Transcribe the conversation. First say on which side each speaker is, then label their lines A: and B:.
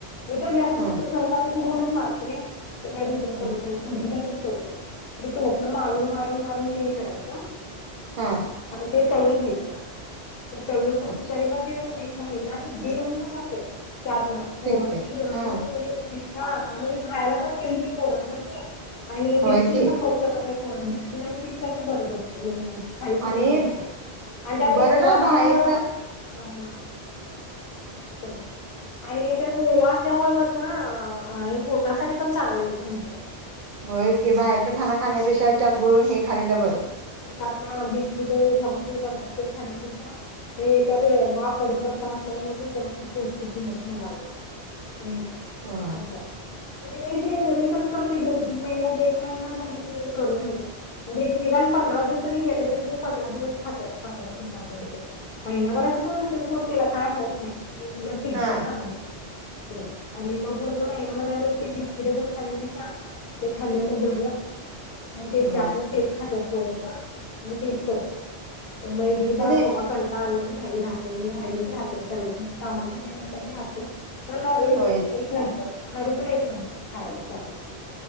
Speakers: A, on the left; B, on the right.
A: मी तर असच
B: हा
A: करत सहज करून गोलच मारतोय, ते काय दुसरां करत
B: हा
A: नाही. पुरीगसच करते ते टोपण मारून मारून मारून ते करायचं
B: हा
A: आणि ते तळून घ्यायचं आणि तळून मग
B: अच्छा
A: तरी पण एक महिना ते दीड महिना जाते चहातन पोरं
B: टिकते
A: तर जरासुद्धा
B: हा
A: हा म्हणजे खायला पण हेल्दी पोरांसाठी आणि बिस्किट
B: होयच की
A: पण खाऊ बिस्किटांपेक्षा पण ते बर पडते मेन म्हणजे- खारीपुरी
B: आणि
A: बर पडत आणि त्यात ओवा
B: बरं ना
A: असल्यामुळे
B: बाहेरच
A: हा हा तेच आणि त्यात ओवा असल्यामुळे कसं ना हे पोटासाठी पण एक नंबर आहे.
B: होयाच की बाहेरचं खाना खाण्यापेक्षा चहात बुडवून हेच खाल्लेले बरं
A: चहातून बिस्किटे हे ते खाण्यापेक्षा ते त्यात ओवा कडिपता असल्यामुळे ते जास्त पोष्टीक होत मुलांना हे
B: हा
A: असा म्हणजे मी मी कसं करते, दोन तीन महिने एक महिना झाले तर करून ठेवते. म्हणजे एक निदान पंधरा दिवस जरी गेले तरी मी पंधरा दिवस खातात पंधरा तीन आठवड्या तरी महिनाभराच पण होतय सोड त्याला काय होत नाही. टिकते
B: हा
A: चांगलं ते आणि मग पूर्ण महिना मला बिस्किट खाल्ल्यापेक्षा ते खाल्लेले बरं मग ति
B: होयच
A: चहातनं
B: की
A: खातात पोरं मग तेच करतो मैद्याची
B: म्हणजे
A: आले की नाही राहते, राहिले की राहते करायचं कामन वेळ नसला की राहते मला हे एक
B: होयच
A: एक नंबर खारी पण एक नंबर खायला चहा बरोबर